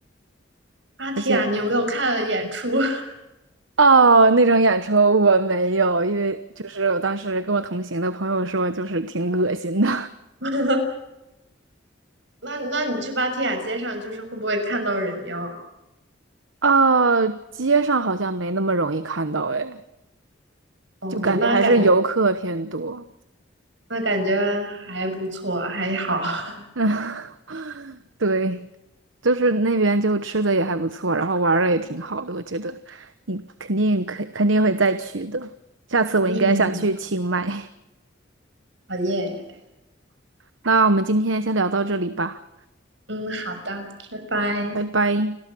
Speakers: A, on the right (about 70°); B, on the right (about 85°).
A: 芭提雅，
B: 而且
A: 你有没有看演出？
B: 哦，那种演出我没有，因为就是我当时跟我同行的朋友说，就是挺恶心的，
A: <laughs> 那那你去芭提雅街上，就是会不会看到人妖？
B: <laughs> 呃，街上好像没那么容易看到诶。
A: 哦，
B: 就感觉还是游客偏多。
A: 那感。那感觉还不错，还好。<laughs>
B: 嗯，<laughs> 对，就是那边就吃的也还不错，然后玩儿的也挺好的，我觉得你肯定肯肯定会再去的。下次我应该想去清迈。
A: 嗯，好耶。
B: <laughs> 那我们今天先聊到这里吧，
A: 嗯，好的，拜拜。
B: 拜拜。